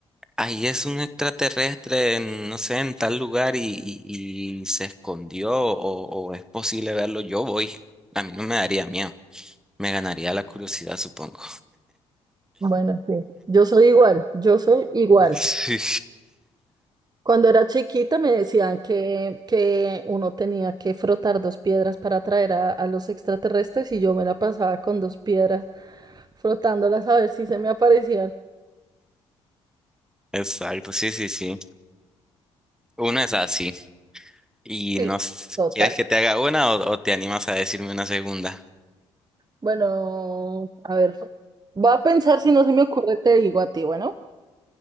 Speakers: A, in the centre; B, on the right.
A: ahí es un extraterrestre, en, no sé, en tal lugar y, y- y se escondió o, o es posible verlo, yo voy. A mí no me daría miedo, me ganaría la curiosidad, supongo.
B: Bueno, sí. Yo soy igual, yo soy igual.
A: <laughs> Sí,
B: Cuando era chiquita me decían que, que uno tenía que frotar dos piedras para atraer a, a los extraterrestres y yo me la pasaba con dos piedras frotándolas a ver si se me aparecían.
A: exacto, sí, sí, sí. Una es así. ¿Y
B: Sí,
A: no s-
B: total.
A: quieres que te haga una o, o te animas a decirme una segunda?
B: Bueno, a ver, voy a pensar si no se me ocurre, te digo a ti, bueno,